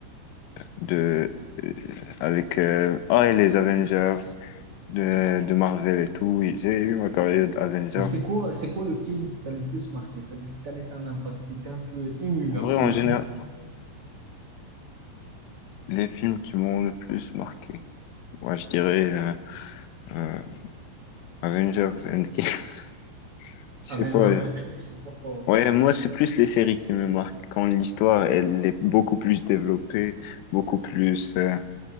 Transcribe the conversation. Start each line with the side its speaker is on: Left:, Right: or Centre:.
Left: de euh, avec euh, ah, et les Avengers de, de Marvel et tout. Oui, J'ai eu ma période Avengers.
Right: Mais c'est quoi, c'est quoi le film qui t'a le plus marqué? C'est-à-dire qui t'a laissé un impact, t'étais un peu ému
Left: En
Right: après
Left: vrai, en
Right: le
Left: général,
Right: film.
Left: les films qui m'ont le plus marqué. Moi, je dirais euh, euh, Avengers Endgame. <laughs> Je
Right: Avengers
Left: sais pas.
Right: Endgame, pourquoi?
Left: Ouais, moi, c'est plus les séries qui me marquent. Quand l'histoire, elle est beaucoup plus développée, beaucoup plus euh,